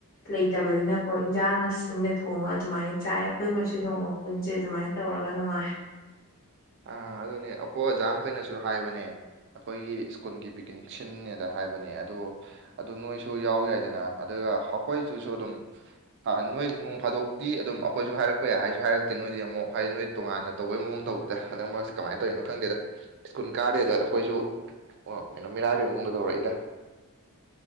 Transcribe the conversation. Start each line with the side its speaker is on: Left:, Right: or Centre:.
Left: ꯂꯩꯇꯕꯅꯤꯅꯀꯣ ꯏꯟꯖꯥꯡꯅ ꯁꯤꯡꯗ ꯊꯣꯡꯉ ꯑꯗꯨꯃꯥꯏꯅ ꯆꯥꯏ ꯑꯩꯈꯣꯏꯒꯩꯁꯨ ꯅꯣꯡꯃ ꯄꯨꯟꯁꯦ ꯑꯗꯨꯃꯥꯏꯅ ꯇꯧꯔꯒ ꯅꯨꯡꯉꯥꯏ
Right: ꯑ ꯑꯗꯨꯅꯦ ꯑꯩꯈꯣꯏ ꯑꯣꯖꯥ ꯃꯈꯩꯅꯁꯨ ꯍꯥꯏꯕꯅꯦ ꯑꯩꯈꯣꯏꯒꯤ ꯁ꯭ꯀꯨꯜꯒꯤ ꯄꯤꯛꯀꯅꯤꯛ ꯁꯤꯟꯟꯅꯦꯅ ꯍꯥꯏꯕꯅꯦ ꯑꯗꯣ ꯑꯗꯨ ꯅꯣꯏꯁꯨ ꯌꯥꯎ ꯌꯥꯏꯗꯅ ꯑꯗꯨꯒ ꯑꯩꯈꯣꯏꯁꯤꯁꯨ ꯑꯗꯨꯝ ꯅꯣꯏ ꯅꯣꯡ ꯐꯥꯗꯣꯛꯇꯤ ꯑꯗꯨꯝ ꯑꯩꯈꯣꯏꯁꯨ ꯍꯥꯏꯔꯛꯄ ꯌꯥꯏ ꯍꯥꯏꯁꯨ ꯍꯥꯏꯔꯛꯇ‌ꯦ ꯅ‌ꯣꯏꯗꯤ ꯑꯃꯨꯛ ꯍꯥꯏꯗꯤ ꯅꯣꯏ ꯇꯣꯉꯥꯟꯅ ꯇꯧꯕꯩ ꯃꯑ‌ꯣꯡꯗ ꯇꯧꯋ‌ꯦ ꯍꯟꯗꯛ ꯃꯔꯛꯁꯦ ꯀꯃꯥꯏꯅ ꯇꯧꯔꯤꯅꯣ ꯈꯪꯗꯦꯗ ꯁ꯭ꯀꯨꯜ ꯀꯥꯗꯦꯗ ꯑꯩꯈꯣꯏꯁꯨ ꯑꯣ ꯀꯩꯅꯣ ꯃꯤꯔꯥꯏꯕꯩ ꯃꯑꯣꯡꯗ ꯇꯧꯔꯛꯏꯗ